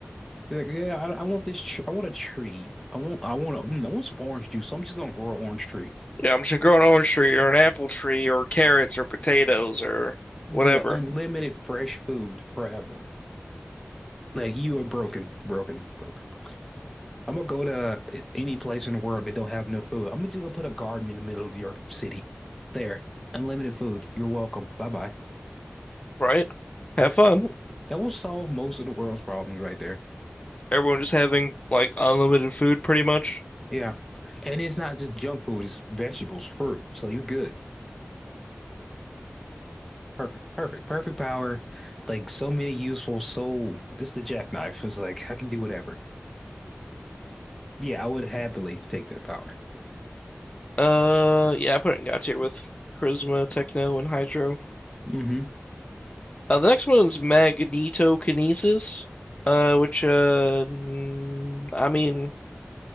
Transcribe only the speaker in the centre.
He's like, yeah, I, I want this. Tr I want a tree. I want. I want. A, mm, I want some orange juice. So I'm just gonna grow an orange tree.
Yeah, unlimited fresh food forever. Like you are broken, broken, broken, broken. I'm gonna go to any place in the world that don't have enough food. I'm just gonna put a garden in the middle of your city. There, unlimited food. You're welcome. Bye bye.
It's
that will, that will solve most of the world's problems right there.
Yeah, and it's not just junk food. It's vegetables, fruit. So you're good. Perfect, perfect, perfect power. Like so many useful so It's the jackknife. It's like I can do whatever. Yeah, I would happily take that power.
Mm-hmm.